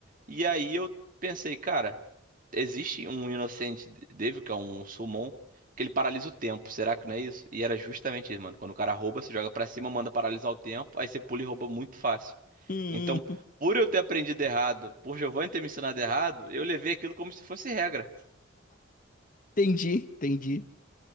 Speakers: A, on the right; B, on the left.
A: E aí eu pensei, cara, existe um Inocente Devil, que é um summon, que ele paralisa o tempo. Será que não é isso? E era justamente isso, mano. Quando o cara rouba, você joga pra cima, manda paralisar o tempo, aí você pula e rouba muito fácil.
B: <laughs>
A: Então, por eu ter aprendido errado, por Giovanni ter me ensinado errado, eu levei aquilo como se fosse regra.
B: Entendi, entendi.